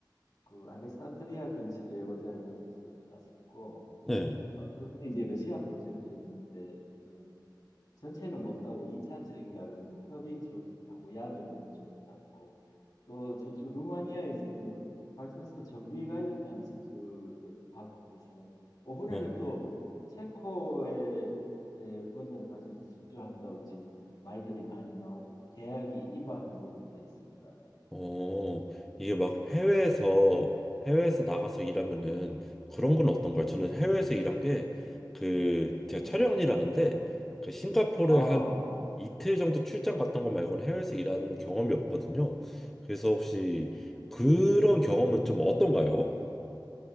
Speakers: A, on the left (about 60°); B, in the centre.
A: 그 알렉산드리아 근처의 원자력 발전소도 땄었고
B: 네.
A: 어, 그거는 이제 러시아 프로젝트였는데 어떤 전체는 못 따고 2차측이라 그러면 터빈 쪽하고 야드 건물 쪽을 땄고 또 저쪽 루마니아에서는 발전소 정비 관련한 수주를 하고 그래서 이번에는
B: 어,
A: 또 체코의 에, 원자력 발전소 수주한다고 지금 말들이 많이 나오고 있고 계약이 임박한 거로 돼 있습니다.
B: 어, 이게 막 해외에서, 해외에서 나가서 일하면은 그런 건 어떤가요?
A: 음,
B: 저는 해외에서 일한 게 그,
A: 네.
B: 제가 촬영 일하는데 그 싱가포르에
A: 아,
B: 한 이틀 정도 출장
A: 예.
B: 갔던 거 말고는 해외에서 일한 경험이 없거든요. 그래서 혹시 그런 경험은 좀 어떤가요?